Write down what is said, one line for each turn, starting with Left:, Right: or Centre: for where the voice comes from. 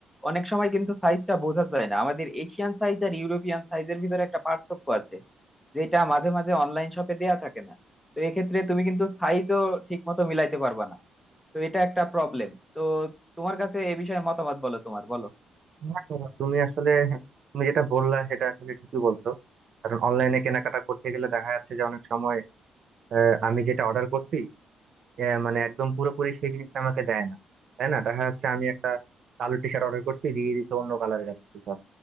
Centre: অনেক সময় কিন্তু সাইজটা বোঝা যায় না আমাদের এশিয়ান সাইজ আর ইউরোপিয়ান সাইজের ভিতরে একটা পার্থক্য আছে যেটা মাঝে মাঝে অনলাইন শপে দেয়া থাকে না তো এক্ষেত্রে তুমি কিন্তু সাইজও ঠিক মতো মিলাইতে পারবা না তো এটা একটা প্রবলেম তো তোমার কাছে এ বিষয়ে মতামত বলো তোমার বলো
Right: হ্যাঁ, হ্যাঁ, তুমি আসলে হ্যাঁ, তুমি যেটা বললা সেটা আসলে ঠিকই বলছো কারণ অনলাইনে কেনাকাটা করতে গেলে দেখা যাচ্ছে যে অনেক সময় আহ, আমি যেটা অর্ডার করছি আহ, মানে একদম পুরোপুরি সেই জিনিসটা আমাকে দেয় না তাই না দেখা যাচ্ছে আমি একটা কালো টি শার্ট অর্ডার করছি দিয়ে দিচ্ছে অন্য কালারের একটা টি শার্ট